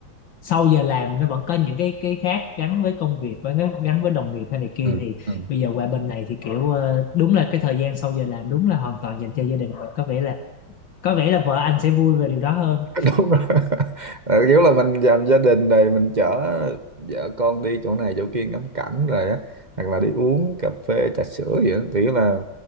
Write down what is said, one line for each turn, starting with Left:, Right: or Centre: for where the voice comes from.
Left: sau giờ làm nó vẫn có những cái cái khác gắn với công việc và gắn, gắn với đồng nghiệp hay này kia
Right: ừ
Left: thì
Right: ừ
Left: bây giờ qua bên này thì kiểu ờ, đúng là cái thời gian sau giờ làm đúng là hoàn toàn dành cho gia đình và có vẻ là có vẻ là vợ anh sẽ vui về điều đó hơn
Right: <laughs> đúng rồi Ờ, kiểu là mình làm gia đình rồi mình chở vợ con đi chỗ này chỗ kia ngắm cảnh rồi á hoặc là đi uống cà phê trà sữa gì đó thì là